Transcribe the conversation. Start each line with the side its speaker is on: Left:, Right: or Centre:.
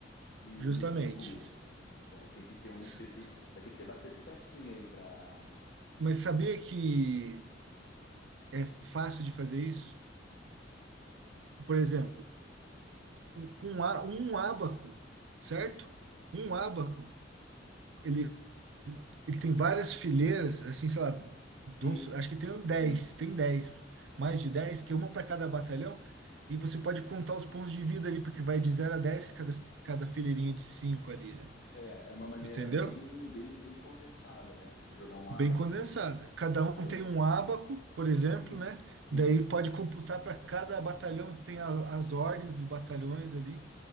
Left: de,
Right: justamente.
Left: de, de cura. Então tem que ter uns,
Right: S-
Left: fe- tem- vai ter que ter bastante pecinha aí para.
Right: Mas sabia que é fácil de fazer isso? Por exemplo, um- com um, á- um ábaco, certo? Um ábaco, ele Ele tem várias fileiras, assim, sei lá, de
Left: Sim,
Right: uns- acho que tem dez,
Left: sim.
Right: tem dez, mais de 10, que é uma para cada batalhão, e você pode contar os pontos de vida ali, porque vai de zero a dez cada, fi- cada fileirinha de cinco ali, né?
Left: É, é uma maneira
Right: Entendeu?
Left: bem, bem, bem condensada, né? Se jogar um
Right: Bem
Left: abaco
Right: condensada.
Left: de.
Right: Cada um
Left: Aham,
Right: tem um ábaco, por exemplo,
Left: uhum,
Right: né?
Left: sim,
Right: Daí pode computar para cada batalhão, tem a- as ordens dos batalhões ali,